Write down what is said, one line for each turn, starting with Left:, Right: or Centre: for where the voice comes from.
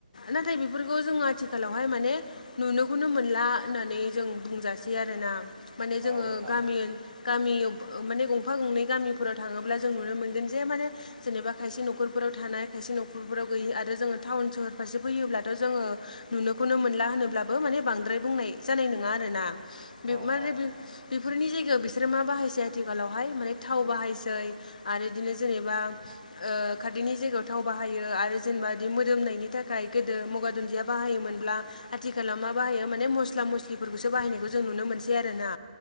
Left: नाथाय बेफोरखौ जोंङो आथिखालावहाय माने नुनोखौनो मोनला होननानै जों बुंजासै आरोना माने जोंङो
Right: औ नोंथां
Left: गामि ओन गामियाव माने गंफा गंनै गामिफोराव थाङोब्ला जों नुनो मोनगोन जे माने जेनेबा खायसे न'खरफोराव थानाय खायसे न'खरफोराव गैयि आरो जोंङो टाउन सहर फारसे फैयोब्लाथ' जोंङो नुनोखौनो मोनला होनोब्लाबो माने बांद्राय बुंनाय जानाय नोंङा आरोना बे
Right: औ
Left: मारे
Right: औ
Left: बे बेफोरनि जायगायाव बिसोरो मा बाहायसै आथिखालावहाय माने थाव बाहायसै आरो इदिनो जेनेबा ओ खारदैनि जायगायाव थाव बाहायो आरो जेनेबा इदि मोदोमनायनि था खाय गोदो मुगा दुन्दिया बाहाययोमोनब्ला आथिखालाव मा बाहायो माने मस्ला मस्लिफोरखौसो बाहायनायखौ जों नुनो मोनसै आरोना।